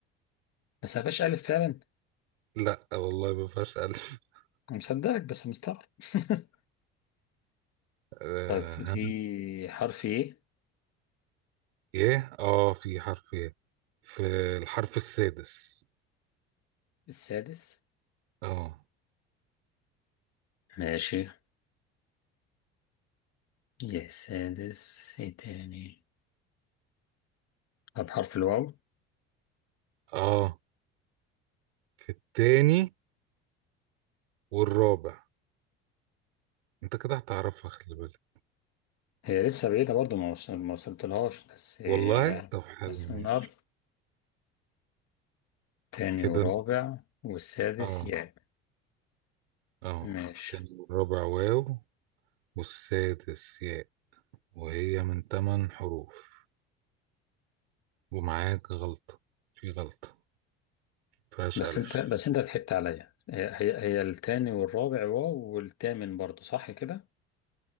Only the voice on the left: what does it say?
بس ما فيهاش الف فعلا
أنا مصدقك بس مستغرب <laughs>
طيب في
حرف ايه
السادس
ماشي يا السادس ايه تاني طب حرف الواو
هي لسه بعيدة برضه ما وصل- ما وصلتلهاش بس
بس
نقرب تاني
ورابع والسادس
ياء
ماشي
بس
انت بس انت ضحكت عليا هي هي هي التاني والرابع واو والتامن برضو صح كده